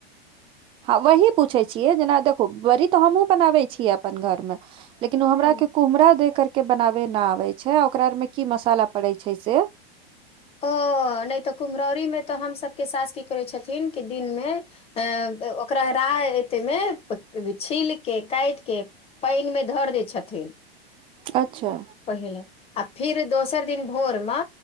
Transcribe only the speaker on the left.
हूँ
ओ नय तऽ कुम्हरौरीमे तऽ हमसभके सांस कि करै छथिन कि दिन मे अए ओकरा एते मे छील के काइट के पनि मे धर दे छथिन
पहिले आ फिर दोसर दिन भोर मे